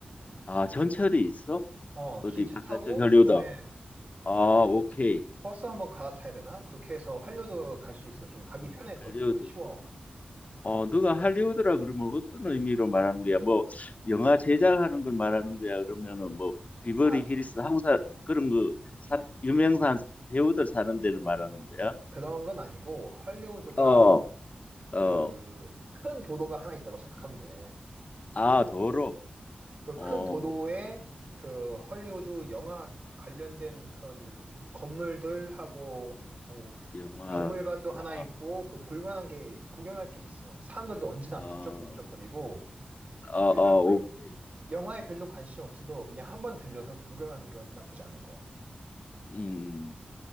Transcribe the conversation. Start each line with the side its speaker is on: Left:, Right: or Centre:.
Left: 아, 전철이 있어?
Right: 어,
Left: 어디
Right: 기차
Left: 바깥쪽
Right: 타고
Left: 할리우드.
Right: 그다음에
Left: 아, 오케이.
Right: 버스 한번 갈아타야 되나? 그렇게 해서 할리우드 갈 수 있어. 좀 가기
Left: 음,
Right: 편해, 그러니까.
Left: 할리우드.
Right: 쉬워.
Left: 어, 너가 할리우드라 그러면 어떤 의미로 말하는 거야? 뭐 영화 제작하는 걸 말하는 거야? 그러면은 뭐 비버리
Right: 아,
Left: hills 항사 그런 거 사, 유명한 배우들 사는 데를 말하는 거야?
Right: 그런 건 아니고 할리우드가
Left: 어,
Right: 그
Left: 어,
Right: 큰 도도가 하나 있다고 생각하면 돼.
Left: 아, 도로.
Right: 그
Left: 어,
Right: 큰 도도에 그 헐리우드 영화 관련된 그런 건물들하고 뭐
Left: 영화.
Right: 박물관도 하나
Left: 아,
Right: 있고 그 볼만한 게 구경할 게 있어. 사람들도 언제나
Left: 아,
Right: 북적북적거리고
Left: 아,
Right: 그래서
Left: 아, 오케이.
Right: 영화에 별로 관심 없어도 그냥 한번 들려서 구경하는 건 나쁘지 않을 거야.
Left: 음, 음.